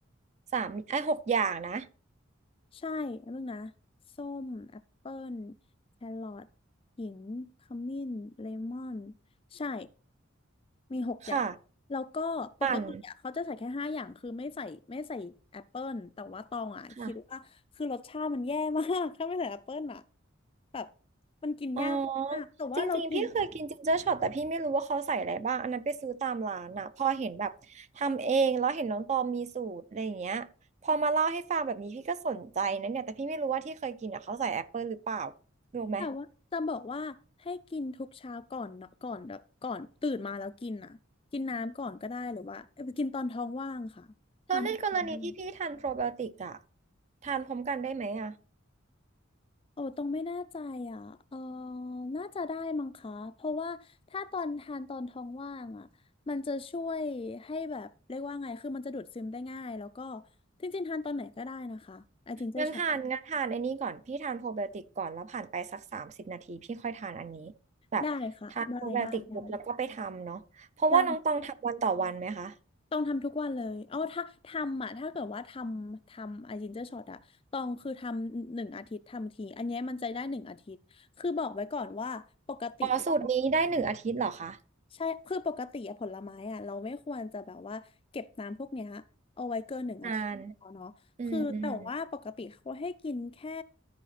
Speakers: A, on the right; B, on the left.
A: สามไอ้ยหกอย่างนะ
B: ใช่แล้วมึงนะส้มแอปเปิลแครอทขิงขมิ้นเลมอนใช่มีหกอย่างแล้วก็ปกติอ่ะเขาจะใส่แค่ห้าอย่างคือไม่ใส่ไม่ใส่แอปเปิลแต่ว่าตองอ่ะคิดว่าคือรสชาติมันแย่มาก
A: ค่ะปั่นค่ะ
B: <laughs> ถ้าไม่ใส่แอปเปิลอ่ะแบบมันกินยากมากๆแต่ว่าเรากิน
A: อ๋อจริงๆพี่เคยกินจินเจอร์ช็อตแต่พี่ไม่รู้ว่าเขาใส่อะไรบ้างอันนั้นไปซื้อตามร้านน่ะพอเห็นแบบทำเองแล้วเห็นน้องตอมมีสูตรอะไรอย่างเงี้ยพอมาเล่าให้ฟังแบบนี้พี่ก็สนใจนะเนี่ยแต่พี่ไม่รู้ว่าที่เคยกินอ่ะเขาใส่แอปเปิลหรือเปล่ารู้ไหม
B: แต่ว่าจะบอกว่าให้กินทุกเช้าก่อนเนาะก่อนแบบก่อนตื่นมาแล้วกินอ่ะกินน้ำก่อนก็ได้หรือว่าเอ้ยกินตอนท้องว่างค่ะทานตอนท้องว่าง
A: แล้วในกรณีที่พี่ทานโปรไบโอติกอ่ะทานพร้อมกันได้ไหมอ่ะ
B: โอ้ตรงไม่แน่ใจอ่ะเออน่าจะได้มั้งคะเพราะว่าถ้าตอนทานตอนท้องว่างอ่ะมันจะช่วยให้แบบเรียกว่าไงคือมันจะดูดซึมได้ง่ายแล้วก็จริงๆทานตอนไหนก็ได้นะคะไอจินเจอร์ช็อตแบบ
A: งั้นทานงั้นทานไอ้นี่ก่อนพี่ทานโปรไบโอติกก่อนแล้วผ่านไปสักสามสิบนาทีพี่ค่อยทานอันนี้แบบทานโปรไบโอติกปุ๊บแล้วก็ไปทำเนาะเพราะว่าน้องตองทำวันต่อวันไหมคะ
B: ได้ค่ะได้ได้ได้ได้ ต้องทำทุกวันเลยเอาถ้าทำอ่ะถ้าเกิดว่าทำทำไอจินเจอร์ช็อตอะตองคือทำหนึ่งอาทิตย์ทำทีอันเนี้ยมันจะได้หนึ่งอาทิตย์คือบอกไว้ก่อนว่าปกติ
A: อ๋อสูตรนี้ได้หนึ่งอาทิตย์เหรอคะ
B: ใช่คือปกติอะผลไม้อะเราไม่ควรจะแบบว่าเก็บน้ำพวกเนี้ยเอาไว้เกินหนึ่งอาทิตย์เนาะคือแต่ว่าปกติเขาให้กินแค่
A: นานอืมอืม